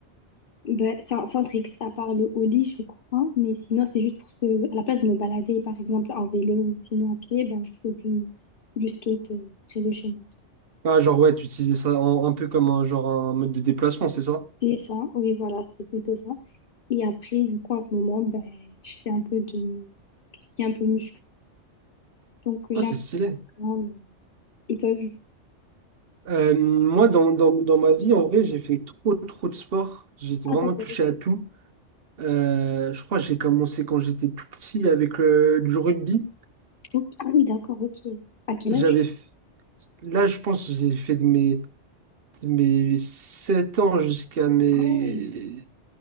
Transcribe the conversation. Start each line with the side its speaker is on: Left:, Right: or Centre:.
Left: Ben, sans, sans tricks, à part le ollie, je crois. Mais sinon, c'était juste pour que, à la place de me balader, par exemple, en vélo ou sinon à pied, ben, je faisais du, du skate euh, près de chez moi.
Right: Ah, genre, ouais, tu utilisais ça en- un peu comme un, genre, un mode de déplacement, c'est ça?
Left: Et ça, oui, voilà, c'était plutôt ça. Et après, du coup, en ce moment, ben, je fais un peu de tout ce qui est un peu muscu. Donc, j'ai
Right: Ah, c'est
Left: un
Right: stylé.
Left: petit programme. Et toi, du coup,
Right: Euh, moi, dans, dans, dans ma vie, en vrai, j'ai fait trop, trop de sport. J'étais vraiment
Left: ah d'accord.
Right: touché à tout. Euh, je crois que j'ai commencé quand j'étais tout petit avec euh, du rugby.
Left: ok. Ah oui, d'accord, ok. À quel
Right: J'avais,
Left: âge?
Right: f- là, je pense que j'ai fait de mes, de mes 7 ans jusqu'à mes
Left: Ah ouais,